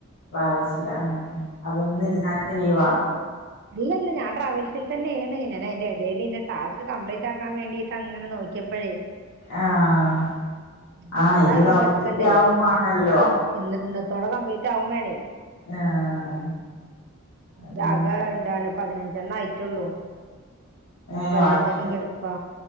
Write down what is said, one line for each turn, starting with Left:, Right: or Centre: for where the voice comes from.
Left: ട്രാവൽസില ആ അപ്പൊന്ന് ഇന്ന് ലീവാ.
Right: അല്ലല ഞാൻ ട്രാവൽസിൽതന്നെയാണ് ഞാനയിന്റെടേലിന്റെ ടാസ്ക് കംപ്ലിറ്റാക്കാൻ വേണ്ടീട്ട് അങ്ങനെ നോ ക്കിപ്പഴേ.
Left: ആഹ്
Right: പതിനേഴ്ണ്ണം
Left: ആഹ് ഇത് കംപ്ലീറ്റ്
Right: കെടക്കിണ്ടേ
Left: ആവും മാണല്ലോ
Right: ഇന്ന് ഇന്ന തൊടെ കംപ്ലീറ്റാവും വേണേ
Left: ആഹ് അതാണ്
Right: രാ എന്താണ് പതിനഞ്ചെണ്ണം ആയിട്ടൊള്ളൂ. ഇനി
Left: ഏഹ്
Right: പതിനഞ്ചെണ്ണം
Left: ബാക്കി
Right: കെടുപ്പാ